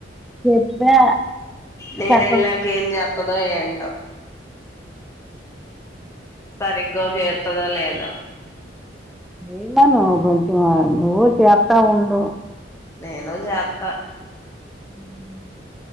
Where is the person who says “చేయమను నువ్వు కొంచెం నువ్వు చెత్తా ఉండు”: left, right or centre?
Centre